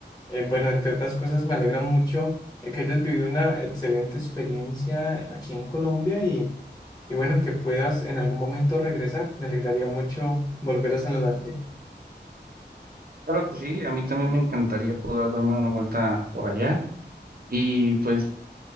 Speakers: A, on the left; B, on the right.
A: Eh, bueno, entre otras cosas, me alegra mucho eh, que hayas vivido una excelente experiencia aquí en Colombia y, y bueno, que puedas en algún momento regresar. Me alegraría mucho volver a saludarte.
B: Claro que sí, a mí también me encantaría poder darme una vuelta por allá y pues